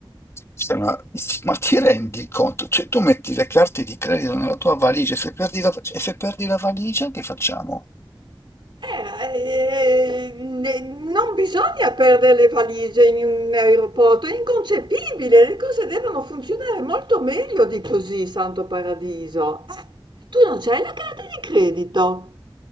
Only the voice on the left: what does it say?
Cioè, Ma, ma ti rendi conto? Cioè, tu metti le carte di credito nella tua valigia, e se perdi la, e se perdi la valigia, che facciamo?